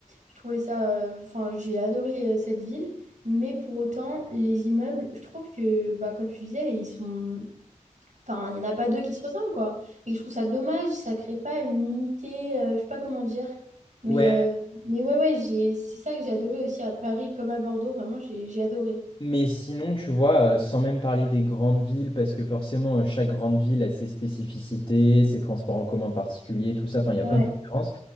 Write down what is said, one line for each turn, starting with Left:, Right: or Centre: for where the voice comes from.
Right: Je trouvais ça, euh, enfin, j'ai adoré euh, cette ville. Mais pour autant, les immeubles, je trouve que, bah, comme tu disais, ils sont, enfin, il n'y en a pas deux qui se ressemblent, quoi. Et je trouve ça dommage, ça crée pas une unité, euh, je sais pas comment dire. Mais,
Left: Ouais,
Right: euh, mais ouais, ouais, j'ai, c'est ça que j'ai adoré aussi à Paris comme à Bordeaux. Vraiment, j'ai, j'ai adoré.
Left: Mais sinon, tu vois, euh, sans même parler des grandes villes, parce que forcément, euh, chaque grande ville a ses spécificités, ses transports en commun particuliers, tout ça, enfin, il y a
Right: Ouais,
Left: plein de différences.